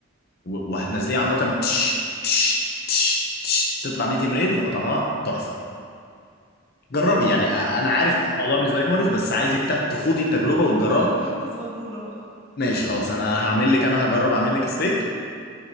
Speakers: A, on the left (about 50°); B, on the right (about 80°).
A: و- وهتنزليها على النار تعمل تش تش تش تش تطلع ميديم رير هيبقى طعمها تحفه جربي يعني أ- انا عارف
B: ماشي
A: الموضوع بالنسبه لك مقرف بس عايزك تا- تخوضي التجربه وتجربي
B: هجرب في حتة صغنونة بقى
A: ماشي خلاص انا هعمل لك انا هجرب اعمل لك ستيك